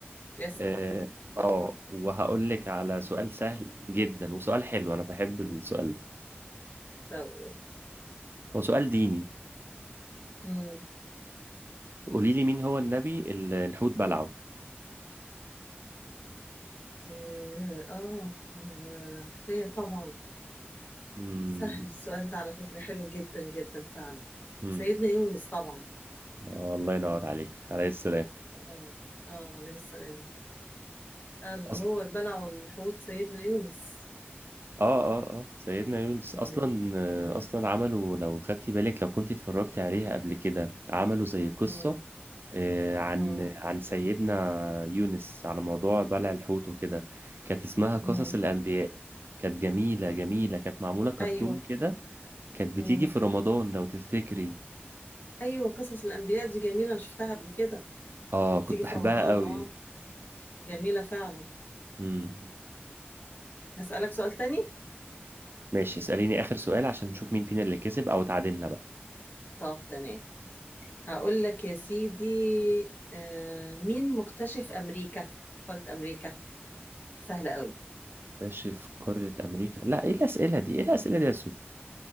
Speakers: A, on the left (about 45°); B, on the right (about 60°).
A: لسه
B: اه آه، وهقول لك على سؤال سهل جدا وسؤال حلو انا بحب السؤال ده
A: طب
B: هو سؤال ديني
A: مم.
B: قولي لي مين هو النبي اللي الحوت بلعه
A: اه آه، آه، عارفاه طبعا
B: امم
A: سهل السؤال ده على فكرة حلو جدا جدا فعلا
B: امم
A: سيدنا يونس طبعا
B: آه، الله ينور عليك عليه السلام
A: اه اه عليه السلام اللي
B: اصل
A: هو البلع والحوت سيدنا يونس
B: اه اه اه سيدنا يونس
A: مم.
B: اصلا آه،
A: مم.
B: اصلا عملوا لو خدتي بالك لو كنت اتفرجتي عليها قبل كده عملوا زي قصة
A: مم.
B: آه، عن
A: مم.
B: عن سيدنا يونس على موضوع بلع الحوت وكده كانت اسمها قصص
A: مم.
B: الانبياء كانت جميلة جميلة كانت معمولة كرتون
A: ايوه
B: كده كانت
A: مم.
B: بتيجي في رمضان لو تفتكري
A: ايوه قصص الانبياء دي جميله انا شفتها قبل كده
B: اه
A: يمكن بتيجي
B: كنت بحبها
A: في رمضان
B: قوي
A: اه جميله فعلا
B: امم
A: هسالك سؤال تاني
B: ماشي اسأليني اخر سؤال عشان نشوف مين فينا اللي كسب او تعادلنا بقى
A: طب تمام هقول لك يا سيدي آه مين مكتشف امريكا قاره امريكا سهله قوي
B: تشرف قارة امريكا لا ايه الاسئلة دي ايه الاسئلة دي يا سو